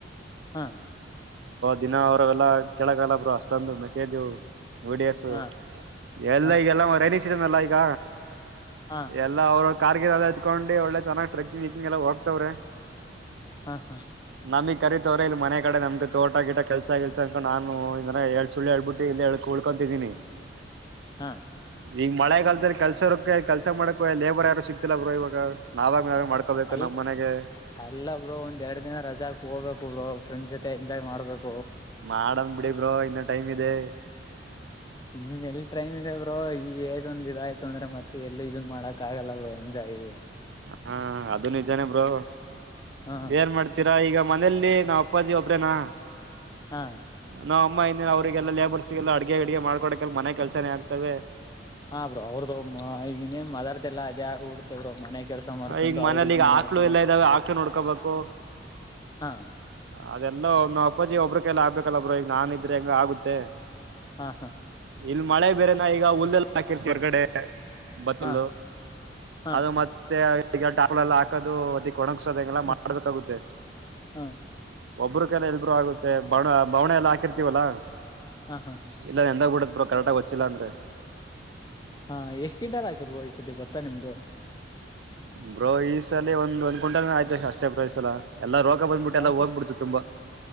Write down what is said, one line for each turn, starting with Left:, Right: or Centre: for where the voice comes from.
Left: ಹಾ
Right: ದಿನ ಅವ್ರವೆಲ್ಲಾ ಕೇಳಕಲ್ಲ ಬ್ರೋ ಅಷ್ಟೊಂದು ಮೆಸೇಜು. ವೀಡಿಯೋಸ್
Left: ಹಾ
Right: ಎಲ್ಲ
Left: ಹಾ
Right: ಈಗ ಎಲ್ಲ ರೈನಿ ಸೀಸನ್ ಅಲ್ಲ ಈಗ.
Left: ಹಾ
Right: ಎಲ್ಲ ಅವರು ಕಾರ್ಗಿ ಹಕೊಂಡು ಒಳ್ಳೆ ಚೆನಾಗ್ ಟ್ರೆಕ್ಕಿಂಗ್ ಎಕ್ಕಂಗ ಎಲ್ಲ ಹೋಗ್ತವ್ರೆ.
Left: ಹಾ ಹಾ
Right: ನಮಗ್ ಕರಿ ತವ್ರ ಇಲ್ಲಿ ಮನೆ ಕಡೆ ನಮ್ಗೆ ತೋಟ ಗಿಟ ಕೆಲಸ ಕೆಲ್ಸ ಅಕೊಂಡು ನು ಇದ ಹೇಳಳ್ ಸುಳ್ಳ ಹೇಳ್ಬಿಟ್ಟು ಇ ಹಳ್ಕ ಉಳ್ಕೊತಿದ್ದೀನಿ.
Left: ಹಾ
Right: ಈಗ ಮಳೆಗಾಲದಲ್ಲಿ ಕೆಲ್ಸೋರಕ ಕೆಲ್ಸ ಮಾಡಕ ಲೇಬರ್ ಯಾರು ಸಿಕ್ತಿಲ್ಲ ಬ್ರೋ ಇವಾಗ ನಾವಾಗ. ನಾವೇ ಮಾಡ್ಕೋಬೇಕು
Left: ಅಲ್
Right: ನಮ್ ಮನೆಗೆ
Left: ಅಲ್ಲ ಬ್ರೋ ಒಂದ್ ಎರಡ್ ದಿನ ರಜಾ ಹಾಕ್ ಹೋಗ್ಬೇಕು ಬ್ರೋ. ಫ್ರಂಡ್ ಜೊತೆ ಎಂಜಾಯ್ ಮಾಡಬೇಕು.
Right: ಮಾಡಡನ್ ಬಿಡಿ ಬ್ರೋ ಇನ್ನ ಟೈಮ್ ಇದೆ.
Left: ಇನ್ ಎಲ್ ಟ್ರೈಮ್ ಇದೆ ಬ್ರೋ ಈ ಏಜ್ ಒಂದು ಇದಾಯ್ತು ಅಂದ್ರೆ ಮತ್ತೆ ಎಲ್ಲ ಇದನ್ ಮಾಡಕ್ ಆಗಲ್ಲ ಬ್ರೋ ಎಂಜಾಯ್. <unintelligible>
Right: ಹಾ ಅದು ನಿಜಾನೇ ಬ್ರೋ
Left: ಹಾ
Right: ಏನ್ ಮಾಡ್ತೀರಾ ಈಗ ಮನೇಲಿ. <unintelligible> ನಮ್ಮ ಅಪ್ಪಾಜಿ ಒಬ್ರೇನಾ
Left: ಹಾ
Right: ನಾ ಅಮ್ಮ. <unintelligible> ಅವ್ರರಿಗೆಲ್ಲ ಲೇಬರ್ಸ್ಗೆಲ್ಲ ಅಡುಗೆ ಅಡುಗೆ ಮಾಡ್ಕೊಕೆ ಮನೆ ಕೆಲಸನೇ ಆಗ್ತವೆ.
Left: ಹಾ ಬ್ರೋ ಅವ್ರ್ದುಗನ್ನೇನ್ ಮದರ್ ಎಲ್ಲಾ ಅದೇ ಆಗಿ ಬಿಡುತ್ತೆ ಬ್ರೋ ಮನೆಗೆ. ಕೆಲ್ಸ ಮಾಡ್ಕೊಂಡು
Right: ಈಗ ಮನೇಲಿ
Left: ಅವರು ಇದನ್
Right: ಈಗ ಆಕ್ಳು
Left: ಮಾಡ್ಕನ.
Right: ಎಲ್ಲ ಇದಾವೆ ಆಕ್ಳು ನೋಡ್ಕೋಬೇಕು
Left: ಹಾ
Right: ಅದೆಲ್ಲ ಅಪ್ಪಾಜಿ ಒಬ್ರ ಕೈಯಲ್ಲಿ ಎಲ್ಲ ಆಗ್ಬೇಕಲ್ಲ ಬ್ರೋ ಈಗ ನಾನ್ ಇದ್ರೆ ಹೆಂಗ ಆಗುತ್ತೆ.
Left: ಹಾ ಹಾ
Right: ಇಲ್ಲಿ ಮಳೆ ಬೇರೆನಾ ಈಗ ಹುಲ್ಲೆಲ್ಲ ಹಾಕಿರ್ತಿವಿ ಹೊರ್ ಕಡೆ. ಬತ್ತಲು
Left: ಹಾ ಹಾ
Right: ಅದು ಮತ್ತೆೆ <unintelligible> ಹಾಕೋದು ಅದ. ಕೊಣಗಸೋದಂಗಲ್ಲ
Left: ಹ
Right: ಮಾಡ್ಬೇಕಾಗುತ್ತೆ.
Left: ಹಾ
Right: ಒಬ್ಬ್ರ ಕೈಯಲ್ಲಿ ಇಲ್ಲಿ ಬ್ರೋ ಆಗುತ್ತೆ ಬಣ ಬವಣೆ ಎಲ್ಲ ಹಾಕಿರ್ತೀವಲ್ಲಾ
Left: ಹಾ ಹಾ
Right: ಇಲ್ಲ ನೆಂದೋಗಿ ಬಿಡುತ್ತ. <unintelligible> ಕರೆಕ್ಟ್ ಆಗಿ ಹೊಚ್ಚಿಲ್ಲ ಅಂದ್ರೆ.
Left: ಹಾ ಎಷ್ಟ್ ಕಿಂಟಲ್ ಆಯ್ತ ಬ್ರೋ ಈಸತಿ ಭತ್ತ ನಿಮ್ದು.
Right: ಬ್ರೋ ಈ ಸಲಿ ಒಂದ ಒಂದ್ ಕ್ವಿಂಟಾಲಾ ಆಯ್ತು ಅಷ್ಟೇ ಬ್ರೋ ಈ ಸಲಾ. ಎಲ್ಲ ರೋಗ ಬ್ಯಾಂಡ್ಬಿಟ್ಟು
Left: ಯಾಕೆ
Right: ಎಲ್ಲ ಹೋಗ್ಬಿಡ್ತು ತುಂಬಾ.